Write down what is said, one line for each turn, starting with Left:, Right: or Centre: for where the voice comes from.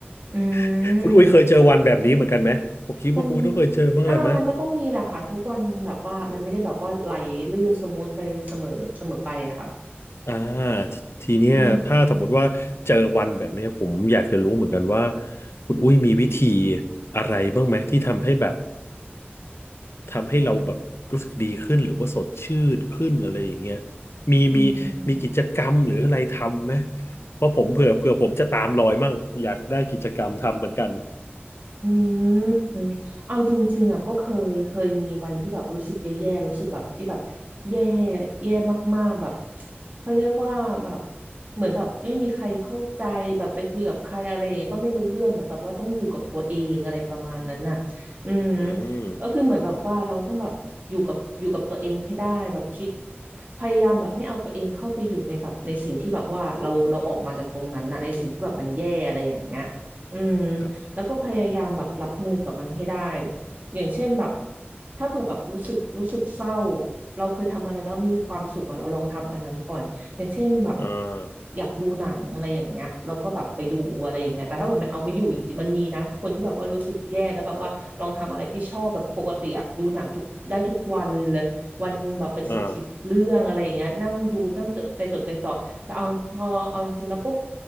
Right: อืม
Left: <laughs> คุณอุ้ยเคยเจอวันแบบนี้เหมือนกันไหมผมคิดว่าคุณต้องเคยเจอบ้างแหละมั้ย
Right: มัน อ่า มันก็ต้องมีแหละค่ะ ทุกวันมันแบบว่า มันไม่ได้แบบว่าไหลลื่นสมูทไปเสมอเสมอไปอะค่ะ
Left: อ่าททีเนี้ยถ้าสมมติว่าเจอวันแบบเนี้ยผมอยากจะรู้เหมือนกันว่า
Right: อืม
Left: คุณอุ้ยมีวิธีอะไรบ้างไหมที่ทำให้แบบ ทำให้เราแบบรู้สึกดีขึ้นหรือว่าสดชื่นขึ้นอะไรอย่างเงี้ยมีมีมีกิจกรรมหรืออะไรทำไหม
Right: อืม
Left: เพราะผมเผื่อเผื่อผมจะตามรอยมั่งอยากได้กิจกรรมทำเหมือนกัน
Right: อืมเอาจริงๆอ่ะก็เคยเคยมีวันที่แบบรู้สึกแย่ๆรู้สึกแบบที่แบบแย่แย่มากๆแบบเขาเรียกว่าแบบเหมือนแบบไม่มีใครเข้าใจแบบไปคุยกับใครอะไรอย่างเงี้ยก็ไม่รู้เรื่องเหมือนแบบว่าต้องอยู่กับตัวเองอะไรประมาณนั้นน่ะอืม
Left: อืม
Right: ก็คือเหมือนแบบว่าเราต้องแบบอยู่กับอยู่กับตัวเองให้ได้แบบคิดพยายามแบบไม่เอาตัวเองเข้าไปอยู่ในแบบในสิ่งที่แบบว่าเราเราออกมาจากตรงนั้นน่ะในสิ่งที่แบบมันแย่อะไรอย่างเงี้ยอืม
Left: ครับ
Right: แล้วก็พยายามแบบรับมือกับมันให้ได้ อย่างเช่นแบบถ้าเผื่อแบบรู้สึกรู้สึกเศร้าเราเคยทำอะไรแล้วมีความสุขอะเราลองทำอันนั้นก่อนอย่างเช่นแบบ
Left: อ่า
Right: อยากดูหนังอะไรอย่างเงี้ยเราก็แบบไปดูอะไรอย่างเงี้ยแต่ถ้าแบบมันเอาไม่อยู่จริงๆมันมีนะคนที่แบบว่ารู้สึกแย่แล้วแบบว่าลองทำอะไรที่ชอบแบบปกติอะดูหนังทุกได้ทุกวันเลย วันหนึ่งแบบเป็นสิบสิบเรื่องอะไรอย่างเงี้ยนั่งดูนั่งจดใจจดใจจ่อแต่เอาพอเอาจริงแล้วปุ๊บ
Left: อ่า